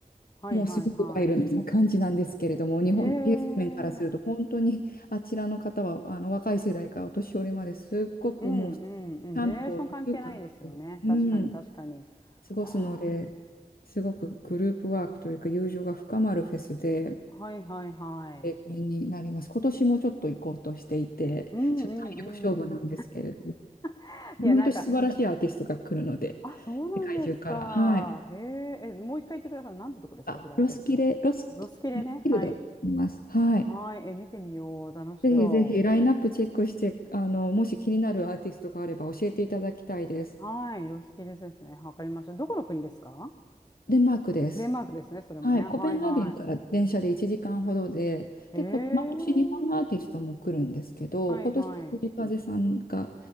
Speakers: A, on the left; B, on the left.
A: はいはいは
B: もうすごくワイルドな感じなんですけれども、
A: い。
B: 日本、
A: へえ。
B: イエスメンからすると、本当にあちらの方は、あの若い世代からお年寄りまですっごくもう、
A: うんうんうん。
B: キャンプを2週間して、
A: ジェネレーション関係ないですよね。
B: うん、
A: 確かに確かに。
B: 過ごすので、
A: あ
B: すごくグループワークというか、友情が深まるフェスで、
A: あ。はいはいはい。
B: 経験になります。今年もちょっと行こうとしていて、
A: うんうんうん。
B: ちょっと体力勝負なんですけれども、
A: <laughs>
B: 毎年素晴らしいアーティストが来るので、
A: いや、なんか、あ、そうなんですか。
B: 世界中から。はい。
A: へえ。え、もう一回言ってください。なんてとこですか、
B: あ、
A: それ。
B: ロスキレ、ロスキ、
A: ロスキレね。
B: ロスキルドって言います。
A: はい。
B: はい。
A: はい。え、見てみよう。楽しそ
B: ぜひぜひラインナップチェックして、あの、もし気になるアーティストがあれば教えていただきたいです。
A: う。はい。ロスキレですね。わかりました。どこの国ですか
B: デンマークです。
A: デンマークですね。それもね。
B: はい、コペンハーゲンから電車で1時間ほどで、
A: はいはい。
B: で、
A: へえ。
B: こ、毎年日本のアーティストも来るんですけど、
A: はいはい。
B: 今年藤風さんが